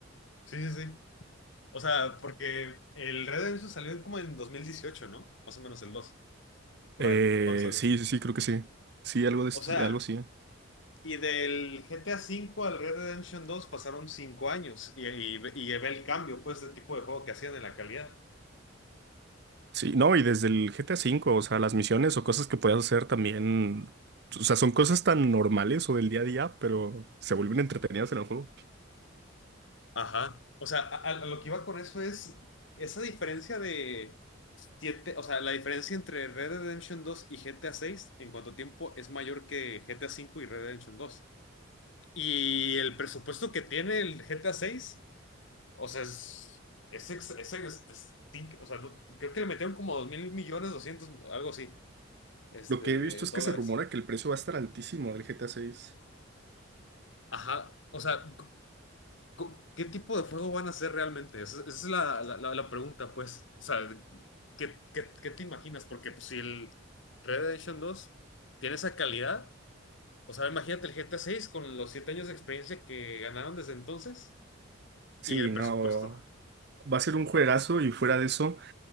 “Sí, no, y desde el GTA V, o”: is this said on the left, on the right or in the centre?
Right